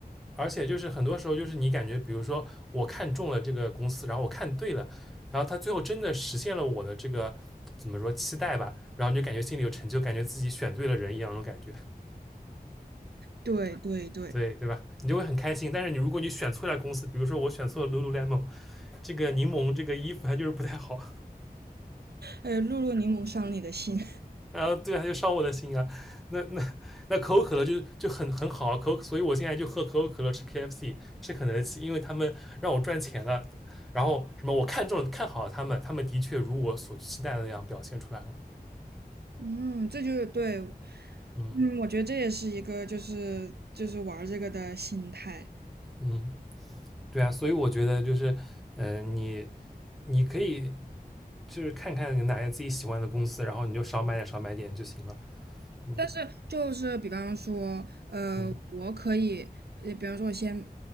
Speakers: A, in the centre; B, on the right (about 85°).
A: 而且就是很多时候就是你感觉，比如说我看中了这个公司，然后我看对了，然后他最后真的实现了我的这个怎么说期待吧，然后你就感觉心里有成就，感觉自己选对了人一样那种感觉，
B: 对对对，
A: 对对吧？你就会很开心。但是你如果你选错了公司，比如说我选错了 Lululemon 这个柠檬这个衣服，它就是不太好。
B: 哎，露露柠檬伤你的心，<laughs>
A: 啊，对啊，就伤我的心啊。那那那可口可乐就就很很好啊，可口所以我现在就喝可口可乐，吃 KFC，吃肯德基，因为他们让我赚钱了。然后什么，我看中了看好了他们，他们的确如我所期待的那样表现出来了。
B: 嗯，这就是对，
A: 嗯
B: 嗯，我觉得这也是一个就是就是玩儿这个的心态。
A: 嗯，对啊，所以我觉得就是，嗯，你你可以就是看看哪些自己喜欢的公司，然后你就少买点少买点就行了。嗯
B: 但是就是比方说，呃，
A: 嗯
B: 我可以，呃，比方说我先